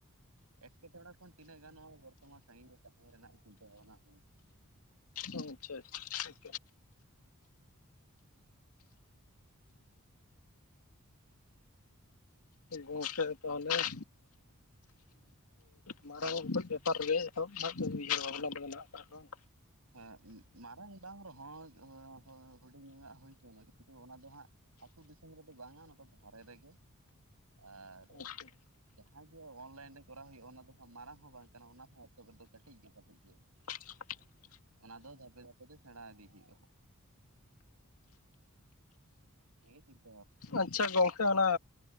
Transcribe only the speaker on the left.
ᱟᱪᱪᱷᱟ ᱟᱪᱪᱷᱟ ᱟᱪᱪᱷᱟ ᱜᱚᱢᱠᱮ ᱛᱟᱦᱚᱞᱮᱚ ᱢᱟᱨᱟᱝ ᱵᱮᱯᱟᱨ ᱨᱮᱜᱮ ᱮᱦᱚᱵ ᱩᱭᱦᱟᱹᱨ ᱵᱷᱟᱵᱽᱱᱟ ᱫᱚ ᱢᱮᱱᱟᱜ ᱟᱠᱟᱫ ᱥᱮ ᱵᱟᱝ
ᱟᱪᱪᱷᱟ
<unintelligible>
ᱟᱪᱪᱷᱟ ᱜᱚᱝᱠᱮ ᱚᱱᱟ